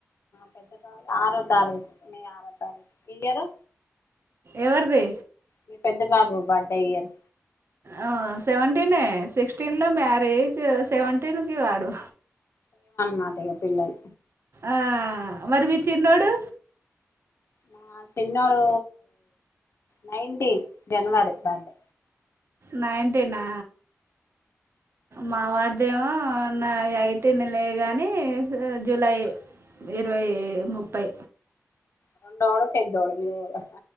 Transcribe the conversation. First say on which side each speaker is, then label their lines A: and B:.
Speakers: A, on the left; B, on the right.
A: పెద్ద తఖ ఆరో తారీఖు న ఆరో తారీఖు ఇయరు
B: ఎవరిది
A: మీ పెద్ద బాబు బడే ఇయరు
B: ఆ సెవెంటీనే సిక్స్టీన్ లో మ్యారేజ్ సెవెంటీన్ కి వాడు
A: మాటగా పిల్లలు
B: ఆ మరి వీచిన్నోడు
A: నా చిన్నోడు నైన్ంటీన్ జనవరి బర్డే
B: నాయంటినా మా వాడిదేమో నా యైటినే గాని జూలై ఇరవై ముప్పై
A: రేండొడు పెద్దోడు మీవొడు